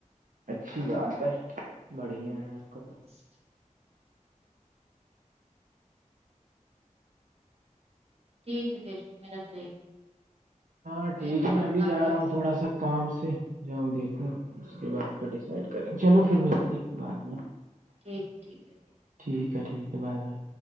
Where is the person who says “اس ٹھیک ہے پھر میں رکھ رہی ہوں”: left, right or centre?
Right